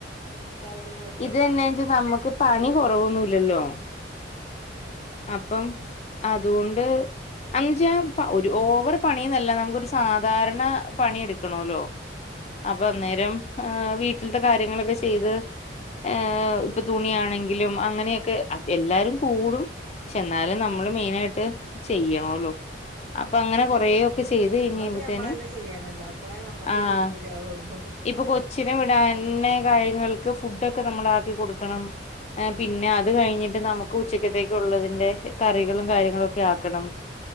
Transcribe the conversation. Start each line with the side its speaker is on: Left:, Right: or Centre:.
Right: വേദന വെരും
Left: ഇത് എന്നാന്നുച്ചാ നമ്മുക്ക് പണി കൊറവൊന്നുല്ലല്ലോ
Right: ആഹ് അതെ
Left: അപ്പം അതുകൊണ്ട്- എന്ന് വെച്ചാൽ ഒരു ഓവർ പണിയെന്നല്ല നമുക്കൊരു സാധാരണ പണി എടുക്കണെല്ലോ
Right: അതെ
Left: അപ്പൊ അന്നേരം ആ വീട്ടിലത്തെ കാര്യങ്ങളൊക്കെ ചെയ്ത് ഏഹ് ഇപ്പൊ തുണിയാണെങ്കിലും അങ്ങനെയൊക്കെ എല്ലാരും കൂടും പക്ഷെ എന്നാലും
Right: അതെ
Left: നമ്മള് മെയിനായിട്ട് ചെയ്യണെല്ലോ
Right: അതെ
Left: അപ്പൊ
Right: അതെ
Left: അങ്ങനെ
Right: തന്നെ
Left: കൊറേയൊക്കെ ചെയ്ത്
Right: ഞമ്മൾത്
Left: കഴിഞ്ഞ്ഞുമ്പോത്തേനും
Right: ഞമ്മളന്നെ ചെയ്യണല്ലോ അപ്പളേ ഞമ്മക്ക്
Left: ആഹ്-
Right: തൃർപ്പതി ആവുള്ളൂ
Left: ഇപ്പൊ കൊച്ചിനെ വിടാന്ന് തന്നെ കാര്യങ്ങൾക്ക് ഫുഡൊക്കെ നമ്മളാക്കി കൊടുക്കണം
Right: അതെ
Left: ഏഹ് പിന്നെ അത് കഴിഞ്ഞിട്ട് നമുക്കും ഉച്ചക്കത്തേക്കുള്ളതിന്റെ- കറികളും കാര്യങ്ങളൊക്കെ ആക്കണം